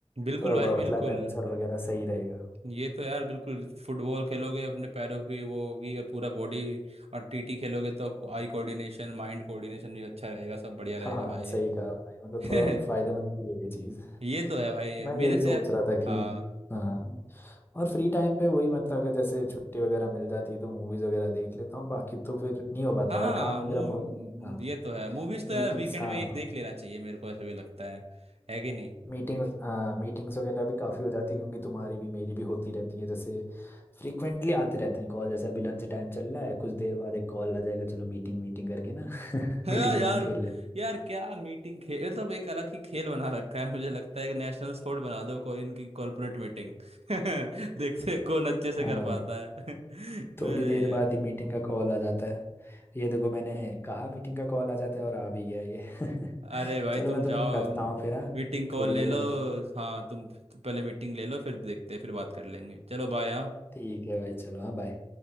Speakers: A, on the right; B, on the left.
A: बिल्कुल
B: थोड़ा वर्क
A: भाई बिल्कुल
B: लाइफ बैलेंस और वगैरह सही रहेगा
A: ये तो यार बिल्कुल फुटबॉल खेलोगे अपने पैरों की वो होगी और पूरा बॉडी और टीटी खेलोगे तो आई कोऑर्डिनेशन माइंड कोऑर्डिनेशन भी अच्छा रहेगा सब बढ़िया रहेगा
B: हाँ हाँ
A: भाई
B: सही कहा भाई मतलब
A: <laughs>
B: थोड़ा फायदेमंद भी है ये चीज़
A: ये तो है भाई
B: तो मैं
A: मेरे
B: यही
A: से
B: सोच
A: यार
B: रहा था कि
A: हाँ
B: हाँ और फ्री टाइम पे वही मतलब अगर जैसे छुट्टी वगैरह मिल जाती है तो मूवीज वगैरह देख लेता हूँ बाकी तो फिर नहीं हो पाता
A: हाँ
B: यार काम वगैरह
A: मूव
B: बहुत हाँ
A: ये तो है मूवीज तो
B: मीटिंग्स
A: यार वीकेंड
B: हाँ
A: में एक देख लेना चाहिए मेरे को ऐसा भी लगता है है कि नहीं
B: मीटिंग मीटिंग्स वगैरह भी काफ़ी हो जाती होंगी तुम्हारी भी मेरी भी होती रहती है जैसे फ्रीक्वेंटली आते रहते हैं कॉल जैसे अभी लंच टाइम चल रहा है कुछ देर बाद एक कॉल आ जाएगा चलो मीटिंग मीटिंग करके ना <laughs>
A: हाँ
B: मीटिंग
A: यार
B: मीटिंग खेल लेते हैं
A: यार क्या मीटिंग खेल मतलब एक अलग ही खेल बना रखा है मुझे लगता है एक नेशनल स्पोर्ट बना दो कोई इनकी कॉर्पोरेट मीटिंग <laughs> देखते हैं कौन अच्छे से
B: हाँ
A: कर
B: भाई,
A: पाता है <laughs> अरे
B: थोड़ी देर
A: यार
B: बाद ही मीटिंग का कॉल आ जाता है ये देखो मैंने कहा मीटिंग का कॉल आ जाता है और आ भी गया ये <laughs>
A: अरे भाई
B: चलो
A: तुम
B: मैं तुम्हें
A: जाओ
B: करता हूँ फिर हाँ
A: मीटिंग कॉल
B: थोड़ी
A: ले
B: देर
A: लो
B: में
A: हाँ तुम पहले मीटिंग ले लो फिर देखते हैं फिर बात कर लेंगे चलो बाय हाँ
B: ठीक है भाई चलो हाँ बाय